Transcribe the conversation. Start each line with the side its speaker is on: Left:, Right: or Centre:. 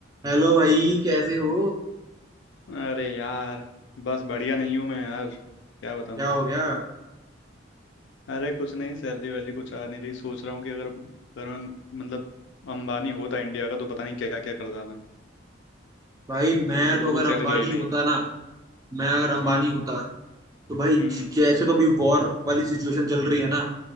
Right: हेलो भाई कैसे हो
Left: अरे यार बस बढ़िया नहीं हूँ मैं यार क्या बताऊँ
Right: क्या हो गया
Left: अरे कुछ नहीं सैलरी वैलरी कुछ आ नहीं रही सोच रहा हूँ कि अगर अगर मैं मतलब अंबानी होता इंडिया का तो पता नहीं क्या क्या करता मैं
Right: भाई मैं
Left: अभी तो बिल्कुल
Right: तो अगर अंबानी
Left: सैलरी आई
Right: होता
Left: नहीं
Right: ना मैं अगर अंबानी
Left: हम्म
Right: होता तो भाई ज-
Left: हम्म
Right: जैसे तो अभी वॉर वाली सिचुएशन चल रही है ना